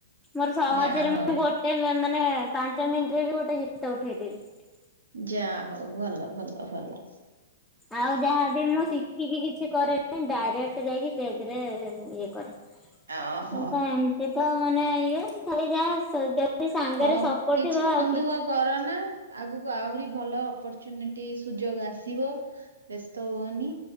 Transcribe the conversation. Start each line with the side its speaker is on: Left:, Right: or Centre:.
Centre: ମୋର ସହଜରେ
Right: ଯା
Centre: ମୁଁ
Right: ହଉ
Centre: ଗୋ ଏଇ ମେ ମାନେ ପାଞ୍ଚ ମିନିଟ୍ ରେ ବି ଗୋଟେ ଗୀତ ଉଠେଇଦେବି।
Right: ଯାହା ହଉ ଭଲ ଭଲ ଭଲ।
Centre: ଆଉ ଯାହାବି ମୁଁ ଶିଖିକି କିଛି କରେନି ଡାଇରେକ୍ଟ୍ ଯାଇକି ଷ୍ଟେଜ୍ ରେ ଇଏ କରେ। <unintelligible>
Right: ଓହୋ
Centre: ଏମତି ତ ମାନେ ଇଏ ଖାଲି ଯାହା ସ-ଯଦି ସାଙ୍ଗରେ
Right: ହଉ
Centre: ସର୍ପଟ
Right: କିଛି
Centre: ଥିବ
Right: ମନ
Centre: ଆଉ କିଛି
Right: ଦୁଃଖ କରନା ଆଗକୁ ଆହୁରି ଭଲ ଅପର୍ଚୁନିଟି ସୁଯୋଗ ଆସିବ। ବେସ୍ତ ହୁଅନି।